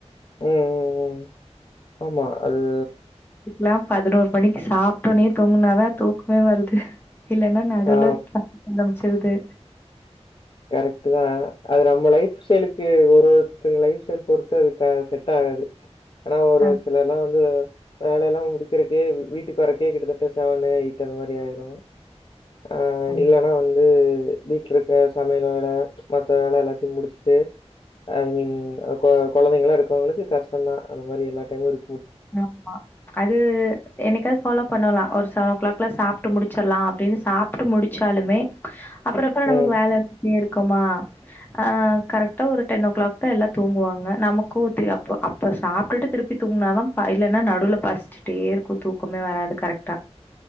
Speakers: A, on the left (about 50°); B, on the left (about 15°).
A: ம் ம் ம் ஆமா அது
B: லா பதினோர் மணிக்கி சாப்ட்டோனே தூங்குனாதா தூக்மே வருது இல்லனா நடுவ்ல
A: ஆ
B: <inaudible> சிருது
A: கரக்ட்டுதா அது நம்ம லைஃப் ஸ்டைலுக்கு ஒரு ஒருத்தங்க லைஃப் ஸ்டைல் பொருத்து அது க செட் ஆகாது ஏனா ஒரு
B: அ
A: ஒரு சிலர்லா வந்து வேலயெல்லா முடிக்கிறக்கே வீட்டுக் வர்றக்கே கிட்டத்தட்ட செவன் எயிட் அந்த மாரி ஆய்ரு ஆ
B: ஆமா
A: இல்லனா வந்து து வீட்ல க சமையல் வேல மத்த வேல எல்லாத்தியு முடுச்சுட்டு ஐ மீன் கொ கொழந்தைங்கள இருக்கவ்ங்ளுக்கு கஷ்டொந்தா அந்த மாரி எல்லா டைமு இரு
B: ஆமா அது என்னய்காவ்து ஃபாலோ பண்ணலா ஒரு செவன் ஓ கிளாக்குல்ல சாப்ட்டு முடுச்சர்லா அப்டினு சாப்ட்டு முடிச்சாலுமே அப்பறொ அப்பறொ நமக்
A: ம்.
B: வேலருந்துட்டேருக் குமா ஆ கரக்ட்டா ஒரு டென் ஓ க்ளாக்தா எல்லா தூங்குவாங்க நமக்கு து அப்போ அப்ப சாப்டுட்டு திருப்பி தூங்னாதா பா இல்லனா நடுவ்ல பஷ்ச்சிட்டே இருக்கு தூக்கமே வராது கரக்ட்டா